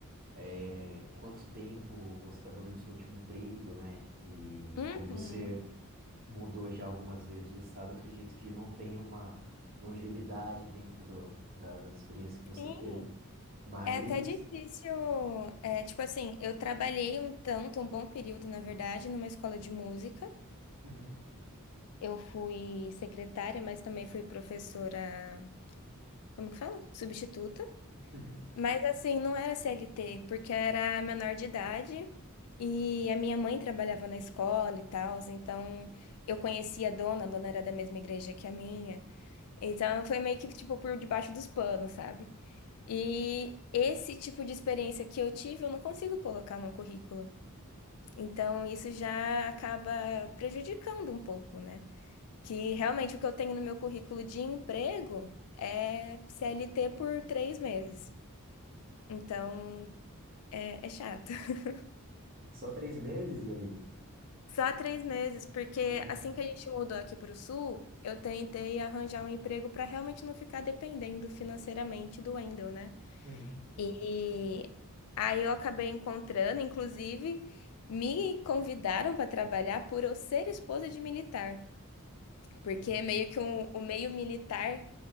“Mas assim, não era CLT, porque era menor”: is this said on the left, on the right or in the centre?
Left